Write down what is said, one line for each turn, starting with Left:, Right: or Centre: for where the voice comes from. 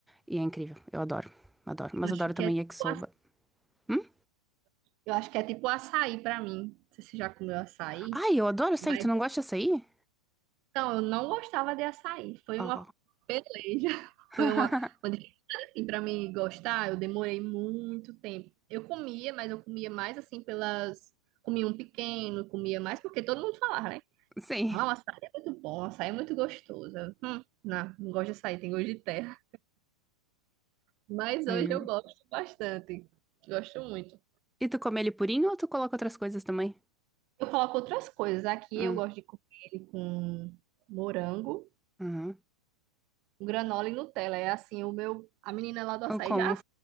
Centre: E é incrível. Eu adoro, adoro. Mas
Right: Eu acho
Centre: adoro
Right: que
Centre: também
Right: é tipo,
Centre: yakisoba.
Right: aç-
Centre: Hum?
Right: eu acho que é tipo açaí pra mim. Não sei se você já comeu açaí,
Centre: Ai, eu adoro açaí.
Right: mas
Centre: Tu não gosta de açaí?
Right: Então, eu não gostava de açaí. Foi
Centre: Ó.
Right: uma peleja. <laughs>
Centre: <laughs>
Right: Foi uma, uma dificuldade, assim, para mim gostar. Eu demorei muito tempo. Eu comia, mas eu comia mais assim pelas. Comia um pequeno, comia mais porque todo mundo falava, né?
Centre: Sim.
Right: Não, açaí é muito bom, açaí é muito gostoso. Eu, Hum, não, não gosto de açaí, tem gosto de terra. Mas
Centre: Aí
Right: hoje
Centre: eu...
Right: eu gosto bastante. Gosto muito.
Centre: E tu come ele purinho ou tu coloca outras coisas também?
Right: Eu coloco outras coisas. Aqui
Centre: Hum,
Right: eu gosto de comer ele com morango,
Centre: uhum.
Right: granola e Nutella. É assim, o meu. A menina lá do açaí
Centre: Eu como.
Right: já